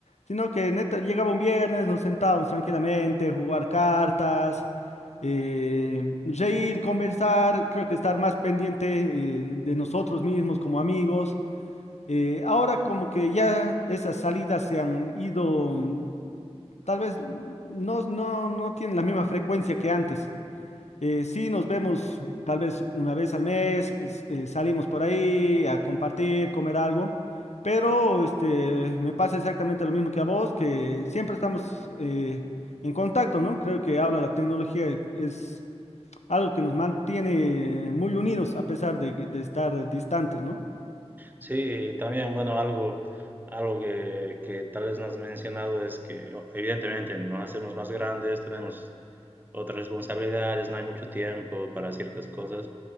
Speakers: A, on the left; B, on the right.
A: sino que neta, llegaba un viernes, nos sentábamos tranquilamente, jugar cartas, eh, reír, conversar, creo que estar más pendiente, eh, de nosotros mismos como amigos. Eh, ahora como que ya esas salidas se han ido mm, Tal vez no, no, no tienen la misma frecuencia que antes. Eh, sí nos vemos tal vez una vez al mes, s- eh, salimos por ahí a compartir, comer algo, pero este, me pasa exactamente lo mismo que a vos, que siempre estamos eh, en contacto, ¿no? Creo que ahora la tecnología es algo que nos mantiene muy unidos a pesar de, que- de estar distantes, ¿no?
B: Sí, también, bueno, algo, algo que, que tal vez no has mencionado es que o- evidentemente nos hacemos más grandes, tenemos otras responsabilidades, no hay mucho tiempo para ciertas cosas,